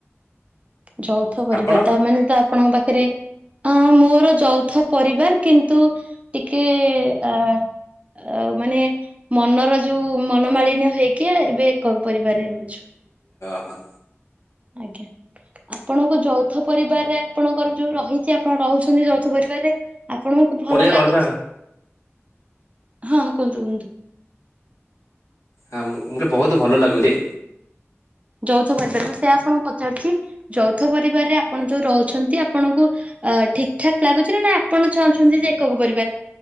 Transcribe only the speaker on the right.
ଯୌଥ ପରିବା
ତା ମାନେ ତ ଆପଣଙ୍କ ପାଖରେ ରେ ଅ ମୋର ଯୌଥ ପରିବାର କିନ୍ତୁ ଟିକେ ଅ ମାନେ ମନର ଯୋଉ ମନମାଳିନ ହେଇକିଆ ଏବେ ପରିବାରରେ ରହୁଛୁ।
ଆଜ୍ଞା ଆପଣଙ୍କ ଯୌଥ ପରିବାରରେ ଆପଣଙ୍କର ଯୋଉ ରହିଛି ଆପଣ ରହୁଛନ୍ତି ଯୌଥ ପରିବାରରେ ଆପଣଙ୍କୁ ଭଲ
ଲାଗୁଛି
ହଁ କୁହନ୍ତୁ କୁହନ୍ତୁ।
ଯୌଥ ପରିବାରକୁ ସେ ଆପଣଙ୍କୁ ପଚାରୁଛି ଯୌଥ ପରିବାରରେ ଆପଣ ଯୋଉ ରହୁଛନ୍ତି ଆପଣଙ୍କୁ ଅ ଠିକ ଠାକ୍ ଲାଗୁଛି ନା ନା ଆପଣ ଚାହୁଁଛନ୍ତି ଯେ ଏକକ ପରିବାର।